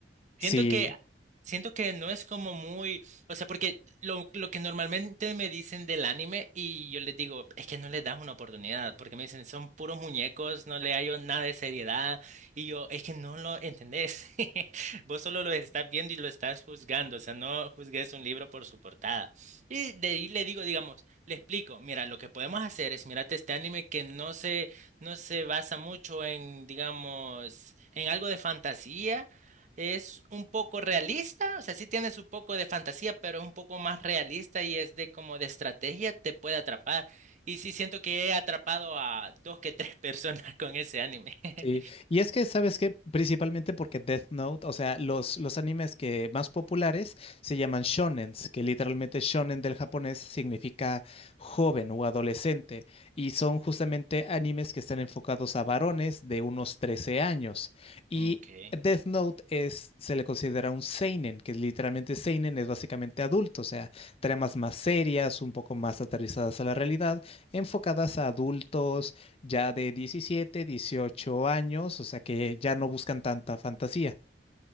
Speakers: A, on the left; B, on the right.
A: sí,
B: Siento que, siento que no es como muy, o sea, porque lo, lo que normalmente me dicen del anime y yo les digo, es que no les das una oportunidad, porque me dicen, son puros muñecos, no le hallo nada de seriedad, y yo, es que no lo entendés, <laughs> vos solo lo estás viendo y lo estás juzgando, o sea, no juzgues un libro por su portada. Y de ahí le digo, digamos, le explico, mira, lo que podemos hacer es mirate este anime que no se, no se basa mucho en, digamos, en algo de fantasía es un poco realista, o sea, sí tiene su poco de fantasía, pero es un poco más realista y es de como de estrategia, te puede atrapar. Y sí siento que he atrapado a dos que tres <laughs> personas con ese anime. <laughs>
A: Sí, y es que, ¿sabes qué? Principalmente porque Death Note, o sea, los, los animes que más populares se llaman shonens, que literalmente shonen del japonés significa joven o adolescente, y son justamente animes que están enfocados a varones de unos 13 años. Y
B: Okay.
A: Death Note es, se le considera un seinen, que literalmente seinen es básicamente adulto, o sea, tramas más serias, un poco más aterrizadas a la realidad, enfocadas a adultos ya de 17, 18 años, o sea que ya no buscan tanta fantasía.